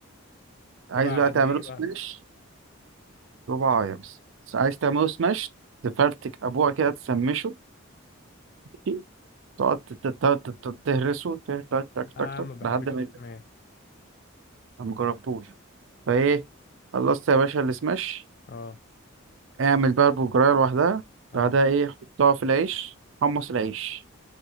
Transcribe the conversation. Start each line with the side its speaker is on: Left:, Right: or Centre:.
Right: عايز
Left: تبع
Right: بقى
Left: قد
Right: تعمله
Left: ايه
Right: سماش
Left: بقى
Right: ربع عايز عايز تعمله سماش تفرتك ابوها كده تسمشه ماشي؟ تقعد تت- تت- تت- تهرسه تك
Left: <laughs>
Right: تك تك
Left: اه
Right: تك تك
Left: ما بحبش
Right: لحد ما
Left: الاسماك
Right: يبقى أنا مجربتوش فايه خلصت يا باشا السماش
Left: اه
Right: اعمل بقى البرجرايه لوحدها
Left: اه
Right: بعدها ايه حطها في العيش حمص العيش